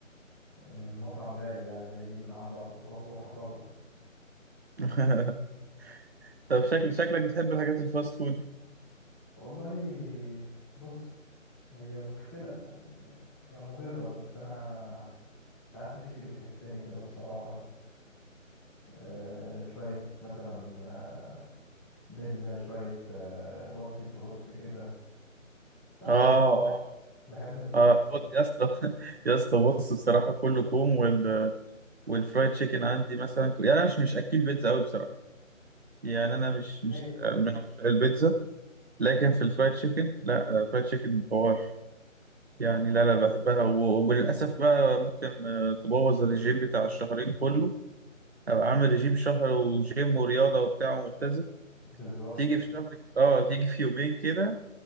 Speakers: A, in the centre; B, on the right.
A: من مطعم رايق يعني بنجيب من عنده على طول خلاص هو حفظنا
B: <laughs> طب شكل شكلك بتحب الحاجات الفاست فود دي
A: والله بص هي مشكلة هي مضرة بس أنا ساعات نفسي بتهفني كده الصراحة آه، شوية مثلا آه، بيتزا شوية آه، وجبة بروست كده يعني
B: اه اه
A: بحب الفرايد
B: اه
A: تشيكن
B: بص- يا اسطى <laughs> يا اسطى بص بصراحه كله كوم وال والفرايد تشيكن عندي مثلا يعني انا مش مش اكل بيتزا قوي بصراحه يعني
A: مم.
B: انا مش مش
A: ايه
B: من عشاق البيتزا لكن في الفرايد تشيكن لا آه، فرايد تشيكن حوار يعني لا لا بحبها و- وللاسف بقى ممكن آه، تبوظ الرجيم بتاع الشهرين كله ابقى عامل رجيم شهر وجيم ورياضه وبتاع وملتزم
A: بالظبط
B: تيجي في شهر اه تيجي في يومين كده